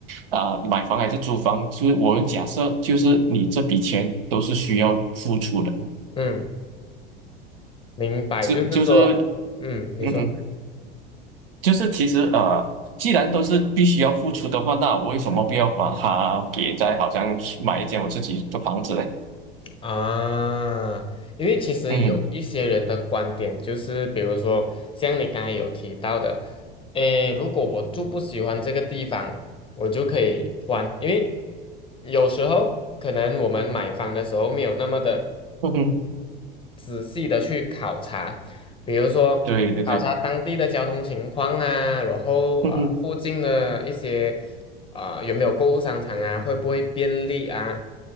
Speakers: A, on the right; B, on the left.
A: 啊、呃买房还是租房，就是我们假设就是你这笔钱都是需要付出的，
B: 嗯，明白，
A: 就就是
B: 就是说，嗯，你说
A: 嗯就是其实呃，既然都是必须要付出的话，那我为什么不要把它给在好像买一间我自己的房子嘞？
B: 啊，因为其实有一些人的观点就是，
A: 嗯，
B: 比如说像你刚才有提到的，诶，如果我住不喜欢这个地方，我就可以换，因为有时候可能我们买房的时候没有那么的。
A: 嗯哼，
B: 仔细的去考察，比如说考察当地的交通情况啊，
A: 对对对，
B: 然后啊附近的一些啊、
A: 嗯哼，
B: 有没有购物商场啊，会不会便利啊，